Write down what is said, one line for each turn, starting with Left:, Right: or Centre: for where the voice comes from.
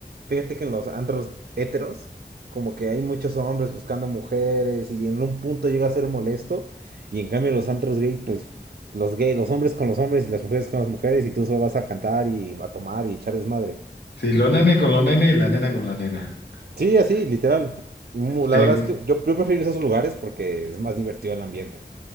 Right: fíjate que en los antros heteros, como que hay muchos hombres buscando mujeres y en un punto llega a ser molesto. Y en cambio, en los antros gay, pues los gay, los hombres con los hombres y las mujeres con las mujeres y tú solo vas a cantar y a tomar y echar desmadre.
Left: Sí, lo nene con lo nene y la nena con la nena.
Right: Sí, así, literal. Mu- La
Left: Sí,
Right: verdad es que yo, yo prefiero esos lugares porque es más divertido el ambiente.